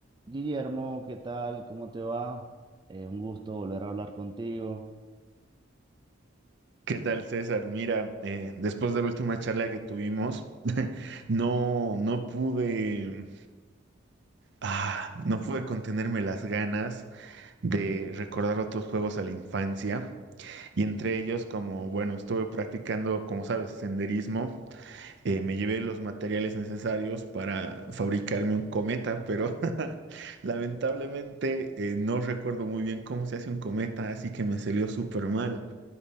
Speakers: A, on the right (about 25°); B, on the right (about 60°).
A: Guillermo, ¿qué tal? ¿Cómo te va? Eh, un gusto volver a hablar contigo.
B: ¿Qué tal, César? Mira, eh, después de la última charla que tuvimos, <laughs> no, no pude, ah, no pude contenerme las ganas de recordar otros juegos a la infancia. Y entre ellos, como, bueno, estuve practicando, como sabes, senderismo, eh, me llevé los materiales necesarios para fabricarme un cometa, pero <laughs> lamentablemente eh, no recuerdo muy bien cómo se hace un cometa, así que me salió súper mal.